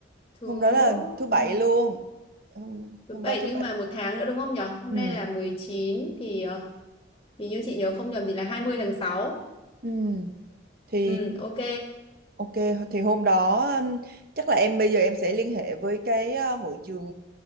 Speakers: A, on the left; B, on the right.
A: thứ
B: Hôm đó là thứ
A: thứ
B: bảy luôn. Hôm,
A: thứ
B: hôm
A: bảy
B: đó thứ
A: nhưng
B: bảy.
A: mà một tháng nữa đúng không nhở hôm
B: Ừ.
A: nay là 19 thì uh, thì như chị nhớ không nhầm thì là hai mươi tháng sáu
B: Ừ. Thì
A: ừ ok
B: Ok, thì hôm đó um, chắc là em bây giờ em sẽ liên hệ với cái uh, hội trường